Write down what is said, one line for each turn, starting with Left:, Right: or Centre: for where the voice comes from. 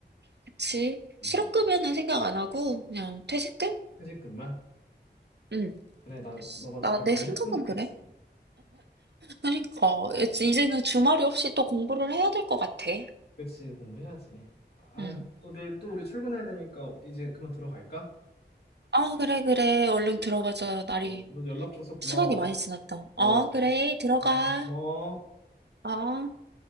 Right: 그치.
Left: 음,
Right: 실업급여는 생각 안 하고, 그냥 퇴직금?
Left: 퇴직금만?
Right: 응.
Left: 그래, 난 너가 잘
Right: 나, 내
Left: 마무리했으면
Right: 생각은
Left: 좋겠어.
Right: 그래. 그러니까, 이제- 이제는 주말이 없이 또 공부를 해야 될 것 같아.
Left: 그치, 공부해야지. 아휴,
Right: 응.
Left: 또, 내일 또 우리 출근해야 되니까 이제 그만 들어갈까?
Right: 아, 그래, 그래. 얼른 들어가자. 날이,
Left: 어, 오늘 연락 줘서 고마워.
Right: 시간이 많이 지났다. 어,
Left: 어,
Right: 그래. 들어가.
Left: 알겠어. 고마워.
Right: 어.